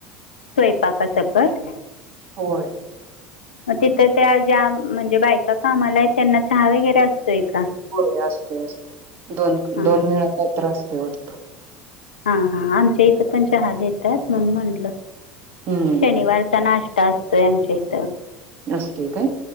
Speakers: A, on the left; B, on the right.
A: स्वयंपाका सकट.
B: होय.
A: मग तिथं त्या ज्या म्हणजे बायका कामाला आहेत त्यांना चहा वगैरे असतोय का.
B: हो असते असते दोन
A: हां
B: दोन वेळा त्र असते वाटत.
A: हा हा आमच्या इथं पण चहा येतात म्हणून म्हटलं.
B: हम्म.
A: शनिवारचा नाश्ता असतोय आमच्या इथं.
B: नस् काय.